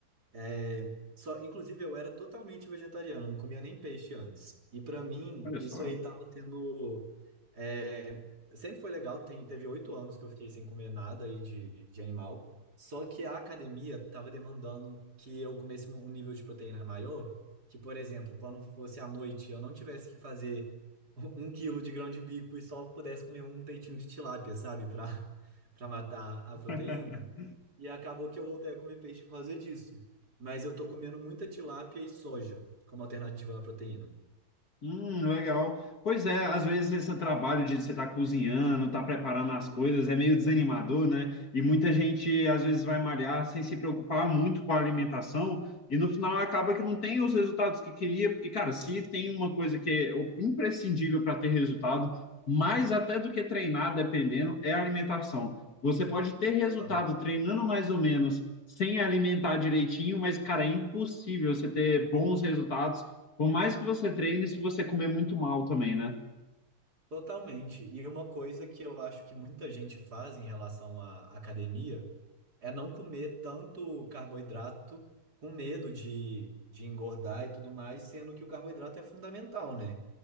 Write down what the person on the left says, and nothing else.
Olha
só.
<laughs>
Hum, legal. Pois é, às vezes esse trabalho de você estar cozinhando, estar preparando as coisas é meio desanimador, né? E muita gente às vezes vai malhar sem se preocupar muito com a alimentação e no final acaba que não tem os resultados que queria, porque, cara, se tem uma coisa que é o- imprescindível para ter resultado, mais até do que treinar, dependendo, é a alimentação. Você pode ter resultado
treinando mais ou menos sem alimentar direitinho, mas, cara, é impossível você ter bons resultados por mais que você treine, se você comer muito mal também, né?